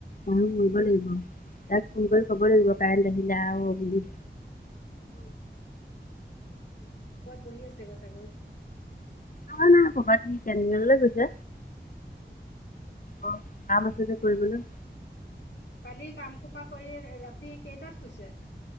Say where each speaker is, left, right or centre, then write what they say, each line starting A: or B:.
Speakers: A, on the left; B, on the left.
A: মানুহ মৰিব লাগিব, ইয়াক ফোন কৰি কব লাগিব কাৰেণ্ট আহিলা আ অ বুলি।
B: অ, কৈ দিবি ওপত বহি আছে গৈ চাগৈ।
A: নহয় নাই কবাত সি কেন্টিন লৈ গৈছে
B: উম।
A: অ কাম আছে যে কৰিবলৈ।
B: অ কালি কাম সোপা কৰি ৰাতি কেইটাত শুইছে?